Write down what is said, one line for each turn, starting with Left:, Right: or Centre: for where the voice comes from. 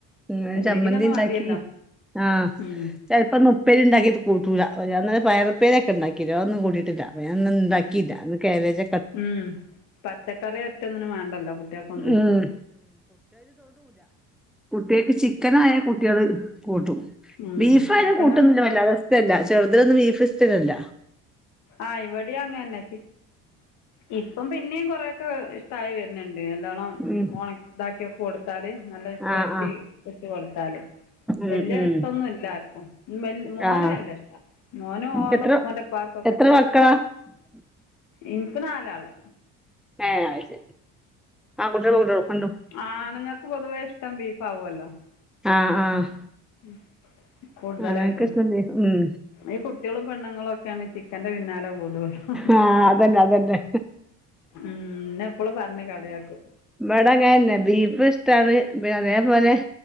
Centre: ഇന്ന്
Left: എന്തെങ്കിലും
Centre: ചമ്മന്തി
Left: ഒന്ന്
Centre: ഇണ്ടാക്കി
Left: മതിയല്ലോ
Centre: ആഹ്
Left: ഉം
Centre: ചിലപ്പം ഇന്ന് ഉപ്പേരി ഉണ്ടാക്കിട്ട് കൂട്ടൂല്ല അന്നരം പയർ ഉപ്പേരി ഒക്കെ ഉണ്ടാക്കില്ലോ അതൊന്നും കൂട്ടിട്ടില്ല <unintelligible> ഇണ്ടാക്കീല്ല ഇന്ന് കാബേജ
Left: ഉം പച്ചക്കറി ഒറ്റ ഒന്നിനും വേണ്ടല്ലോ കുട്ടികക്ക് ഒന്നും
Centre: ഉം കുട്ടിയേക്ക് ചിക്കനായാ കുട്ടിയേള് കൂട്ടും
Left: ഉം
Centre: ബീഫായാലും
Left: ചിക്കനും
Centre: കൂട്ടൊന്നില അവസ്ഥല്ല ചെർതിനൊന്നും ബീഫ് ഇഷ്ട്ടനല്ല.
Left: ആഹ് ഇവിടെ അങ്ങന്നെ ഞ്ഞെ ഇപ്പം പിന്നിം കൊറെയൊക്കെ. തായ് വരുന്നുണ്ട് നല്ലോണ്ണം
Centre: ഉം
Left: ഒണ ഇതാക്കിയൊക്കെ കൊടുത്താല് നല്ല വർട്ടി.
Centre: ആഹ് ആഹ്
Left: <unintelligible> കൊടുത്താലും
Centre: ഉം
Left: വല്യ
Centre: ഉം
Left: ഇഷ്ടൊന്നും ഇല്ലാർക്കും. വൽ മോന്
Centre: ആഹ്
Left: നല്ല ഇഷ്ട മോനും ഓന്റെ
Centre: എത്ര
Left: ഉ ഉപ്പാക്ക്
Centre: എത്ര മക്കളാ?
Left: ഇൻക്ക് നാലാള്.
Centre: ഏഹ് ആയ്ശെരി ആൺകുട്ട്യാലും പെൺകുട്ടയാളും രണ്ടും.
Left: ആണ്ങ്ങക്ക് പൊതുവെ ഇഷ്ടം ബീഫ് ആവൊല്ലോ.
Centre: ആഹ് ആഹ്
Left: ഉം കൂടുതലായിട്ടും.
Centre: അനക്കിഷ്ടല്ലേ ഉം
Left: ഈ കുട്ടിയേളും പെണ്ണുങ്ങളൊക്കേണ് ചിക്കന്റെ പിന്നാലെ. <unintelligible>
Centre: ആ
Left: ഉം
Centre: അതന്നെ അതന്നെ
Left: ഇന്നെ എപ്പോളും പർഞ്ഞ്കളിയാക്കും.
Centre: ഇവടെങ്ങന്നെ ബീഫ് ഇഷ്ടാണ് പിന്നെ അതേപോലെ.